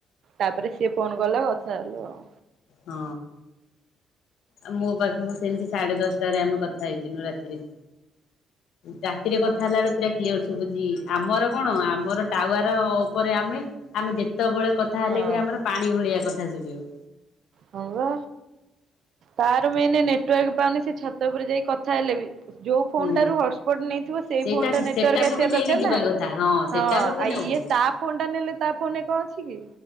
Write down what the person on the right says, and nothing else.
ତାପରେ ସିଏ ଫୋନ କଲା କଥା ହେଲୁ ଆଉ।
ହଁ
ହଁ
ହଁ ବା ତାର ମେନ ନେଟୱାର୍କ ପାଉନି ସେ ଛାତ ଉପରେ ଯାଇ କଥା ହେଲେ ବି ଯୋଉ ଫୋନଟାରୁ
ହଟସ୍ପଟ ନେଇଥିବ ସେଇ
ଫୋନଟା ନେଟୱାର୍କ
ଆସିଆ
ଦରକାର
ନା।
ହଁ
ଆ
ଇଏ ତା ଫୋନ ଟା ନେଲେ ତା ଫୋନରେ କଣ ଅଛି କି?